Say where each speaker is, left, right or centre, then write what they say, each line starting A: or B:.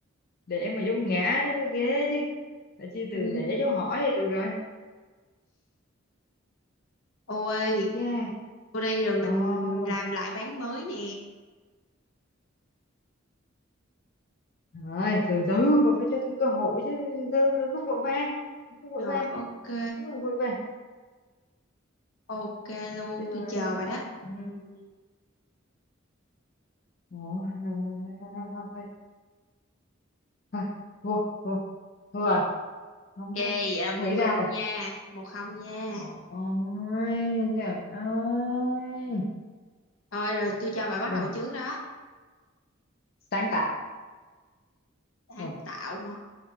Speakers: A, on the left; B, on the left.
A: đẻ mà dấu ngã nó mới ghê chứ. Tại chi từ
B: Ừ.
A: đẻ dấu hỏi thì được rồi.
B: Ôi,
A: Ây Cha,
B: tôi đi rồi mình
A: Ồ,
B: mình làm lại ván mới nè.
A: rồi, từ từ bà phải cho tôi cơ hội chứ, từ từ đừng có vội vàng, đừng có vội
B: Rồi
A: vàng,
B: ok.
A: đừng có vội vàng.
B: Ok luôn,
A: Trời
B: tôi chờ
A: ơi,
B: bà đó.
A: Ừm, ủa, thôi, thôi, thôi, thua, thua, thua à, không
B: Ghê,
A: có
B: vậy là một
A: không nghĩ
B: không
A: ra rồi.
B: nha, một không nha.
A: Trời ơi, trời ơi,
B: Thôi rồi tôi cho bà bắt
A: rồi,
B: đầu trước đó.
A: sáng tạo,
B: Sáng
A: Ờ,
B: tạo hả?